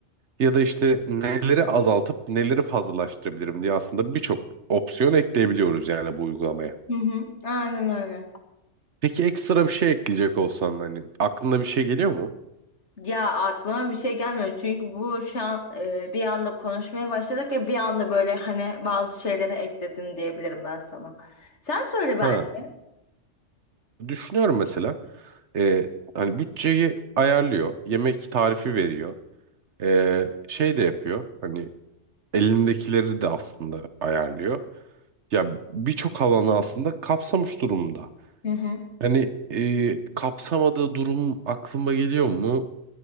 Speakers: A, on the right; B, on the left.
A: Ya da işte neleri azaltıp neleri fazlalaştırabilirim diye aslında birçok opsiyon ekleyebiliyoruz yani bu uygulamaya.
B: Hı hı. Aynen öyle.
A: Peki ekstra bir şey ekleyecek olsan hani aklına bir şey geliyor mu?
B: Ya aklıma bir şey gelmiyor çünkü bu şu an e, bir anda konuşmaya başladık ve bir anda böyle hani bazı şeyleri ekledim diyebilirim ben sana. Sen söyle
A: Ha,
B: bence.
A: düşünüyorum mesela. Ee, hani bütçeyi ayarlıyor, yemek tarifi veriyor, Ee, şey de yapıyor. Hani elindekileri de aslında ayarlıyor. Ya birçok alanı aslında kapsamış durumda.
B: Hı hı.
A: Hani e, kapsamadığı durum aklıma geliyor mu?